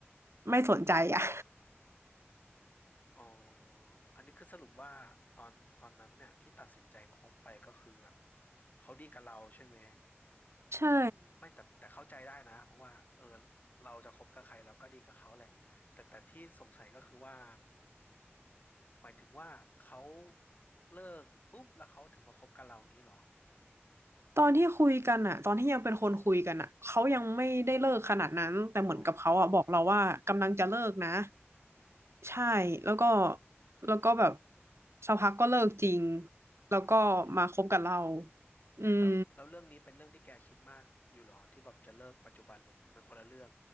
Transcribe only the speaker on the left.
อ๋ออันนี้คือสรุปว่าตอนตอนนั้นเนี่ยที่ตัดสินใจคบไปก็คือแบบเขาดีกับเราใช่ไหม
ไม่แต่แต่เข้าใจได้นะเพราะว่าเออเราจะคบกับใครเราก็ดีกับเขาแหละแต่แต่ที่สงสัยก็คือว่าหมายถึงว่าเขาเลิกปุ๊บแล้วเขาถึงมาคบกับเราอย่างนี้เหรอ
อ๋อ
อ่า
แล้วแล้วเรื่องนี้เป็นเรื่องที่แกคิดมากอยู่หรอที่แบบจะเลิกปัจจุบันหรือมันคนละเรื่อง